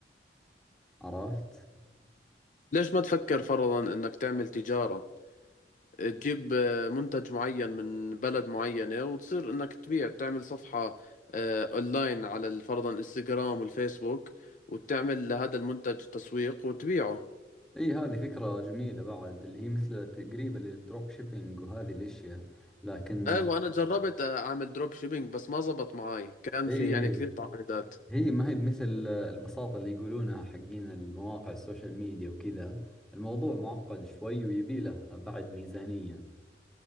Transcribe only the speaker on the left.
ليش ما تفكر فرضا انك تعمل تجارة تجيب آه، منتج معين من بلد معينة وتصير انك تبيع تعمل صفحة آه، اونلاين على ال- فرضا انستغرام والفيسبوك وتعمل لهذا المنتج تسويق وتبيعه
ايه وانا جربت آه، اعمل دروب شيبينج بس ما زبط معي كان
في
يعني كثير تعقيدات